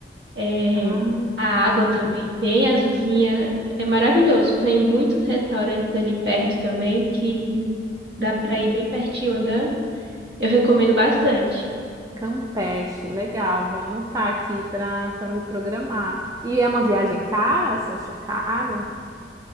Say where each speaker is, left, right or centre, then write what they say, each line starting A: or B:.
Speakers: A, on the right; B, on the right.
A: é,
B: ah,
A: a
B: que bom.
A: água também bem azulzinha. É maravilhoso. Tem muitos restaurantes ali perto também que dá
B: Uhum.
A: para ir bem pertinho andando. Eu recomendo bastante.
B: Campeche, legal, vou anotar aqui para para me programar. E é uma viagem cara? Você achou caro?